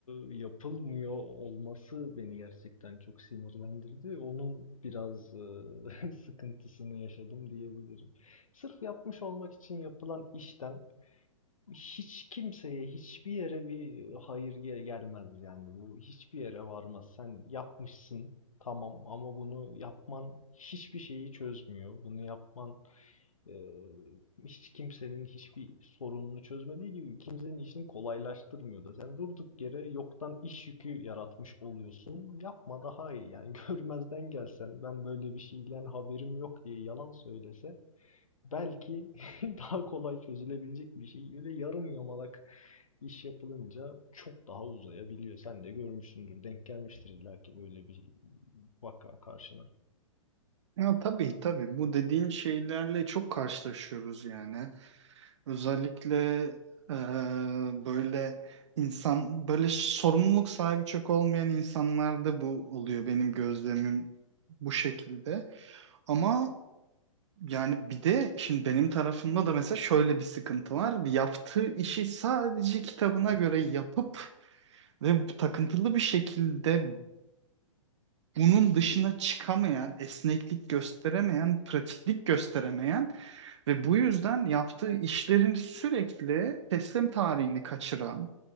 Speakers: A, on the left (about 80°); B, on the right (about 60°).
A: eee, yapılmıyor olması beni gerçekten çok sinirlendirdi. Onun biraz eee, <laughs> sıkıntısını yaşadım diyebilirim. Sırf yapmış olmak için yapılan işten hiç kimseye, hiçbir yere bir hayır gel- gelmez yani. Bu hiçbir yere varmaz. Sen yapmışsın tamam ama bunu yapman hiçbir şeyi çözmüyor. Bunu yapman ee, hiç kimsenin hiçbir sorununu çözmediği gibi kimsenin işini kolaylaştırmıyor da. Sen durduk yere yoktan iş yükü yaratmış oluyorsun. Yapma daha iyi yani <laughs> görmezden gelsen ben böyle bir şeyden haberim yok diye yalan söylese belki <laughs> daha kolay çözülebilecek bir şey. Böyle yarım yamalak iş yapılınca çok daha uzayabiliyor. Sen de görmüşsündür, denk gelmiştir illaki böyle bir vaka karşına.
B: Ya tabii tabii bu dediğin şeylerle çok karşılaşıyoruz yani. Özellikle eee, böyle insan böyle sorumluluk sahibi çok olmayan insanlarda bu oluyor benim gözlemim bu şekilde. Ama yani bir de şimdi benim tarafımda da mesela şöyle bir sıkıntı var. Yaptığı işi sadece kitabına göre yapıp ve takıntılı bir şekilde bunun dışına çıkamayan, esneklik gösteremeyen, pratiklik gösteremeyen ve bu yüzden yaptığı işlerin sürekli teslim tarihini kaçıran